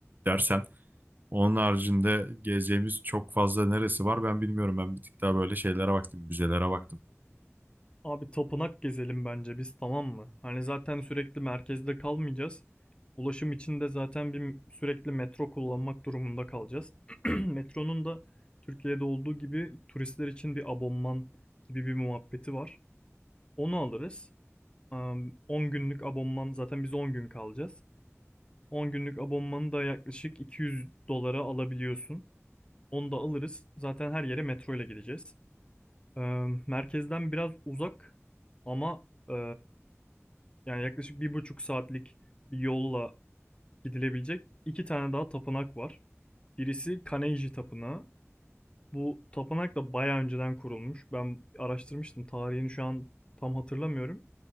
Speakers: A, on the right (about 40°); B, on the left (about 20°).
A: dersen. Onun haricinde gezeceğimiz çok fazla neresi var ben bilmiyorum. Ben bir tık daha böyle şeylere baktım, müzelere baktım.
B: Abi tapınak gezelim bence biz tamam mı? Hani zaten sürekli merkezde kalmayacağız. Ulaşım için de zaten bir sürekli metro kullanmak durumunda kalacağız. <clears throat> Metronun da Türkiye'de olduğu gibi turistler için bir abonman gibi bir muhabbeti var. Onu alırız. Am, 10 günlük abonman zaten biz 10 gün kalacağız. 10 günlük abonmanı da yaklaşık 200 dolara alabiliyorsun. Onu da alırız. Zaten her yere metro ile gideceğiz. Am, Merkezden biraz uzak ama ee, yani yaklaşık bir buçuk saatlik bir yolla gidilebilecek iki tane daha tapınak var. Birisi Kaneiji Tapınağı. Bu tapınak da bayağı önceden kurulmuş. Ben araştırmıştım. Tarihini şu an tam hatırlamıyorum.